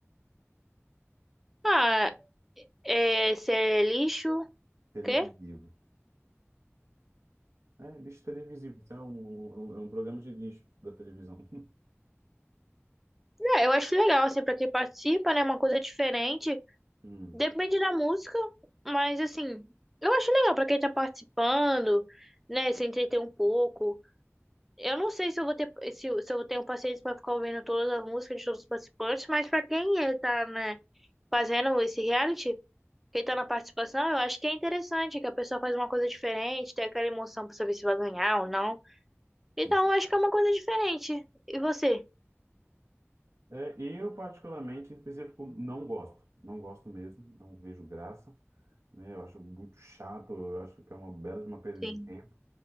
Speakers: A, in the centre; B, on the right (about 85°).
A: Ah, é, ser lixo,
B: Televisivo.
A: o quê?
B: É, lixo televisivo. Isso é um, um- é um programa de lixo da televisão. <laughs>
A: É, eu acho legal, assim, pra quem participa, né? Uma coisa diferente.
B: Hum,
A: Depende da música, mas assim, eu acho legal pra quem tá participando, né? Se entreter um pouco. Eu não sei se eu vou ter se, eu- se eu tenho paciência para ficar ouvindo todas as músicas de todos os participantes, mas para quem eh, tá, né, fazendo esse reality, quem tá na participação, eu acho que é interessante que a pessoa faz uma coisa diferente, tem aquela emoção para saber se vai ganhar ou não. Então,
B: sim.
A: eu acho que é uma coisa diferente. E você?
B: É, eu, particularmente, em específico, não gosto. Não gosto mesmo, não vejo graça. Né? Eu acho muito chato, eu acho que é uma bela de uma perda
A: Sim,
B: de tempo.